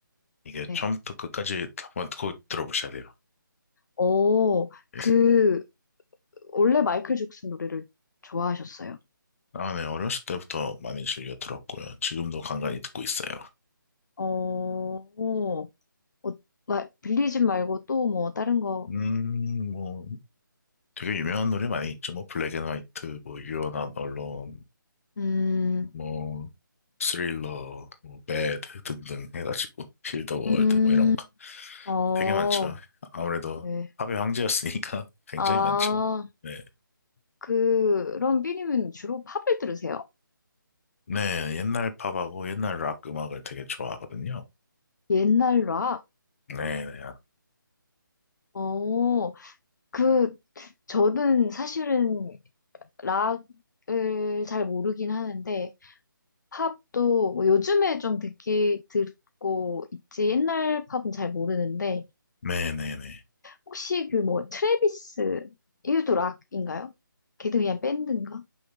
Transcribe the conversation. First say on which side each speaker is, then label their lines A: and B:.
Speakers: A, on the left; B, on the left.
A: 이게
B: 네.
A: 처음부터 끝까지 한번 꼭 들어보셔야 돼요.
B: 어, 그,
A: 예.
B: 원래 마이클 잭슨 노래를 좋아하셨어요?
A: 아, 네. 어렸을 때부터 많이 즐겨 들었고요. 지금도 간간히 듣고 있어요.
B: 어, 어, 마, 빌리진 말고 또 뭐, 다른 거.
A: 음, 뭐, 되게 유명한 노래 많이 있죠. 뭐, 블랙 앤 화이트, 뭐, 유연한 언론,
B: 음,
A: 뭐, 스릴러, 뭐, 배드 등등 해가지고, 힐더 월드,
B: 음,
A: 뭐, 이런 거.
B: 어,
A: 되게 많죠. 아무래도
B: 네.
A: 팝의 황제였으니까 <laughs> 굉장히
B: 아.
A: 많죠. 네.
B: 그런 삐님은 주로 팝을 들으세요?
A: 네, 옛날 팝하고 옛날 락 음악을 되게 좋아하거든요.
B: 옛날 락?
A: 네네.
B: 어, 그, 저는 사실은 락을 잘 모르긴 하는데, 팝도 뭐 요즘에 좀 듣기, 듣고 있지, 옛날 팝은 잘 모르는데,
A: 네네네.
B: 혹시 그 뭐, 트래비스, 이것도 락인가요? 걔도 그냥 밴드인가?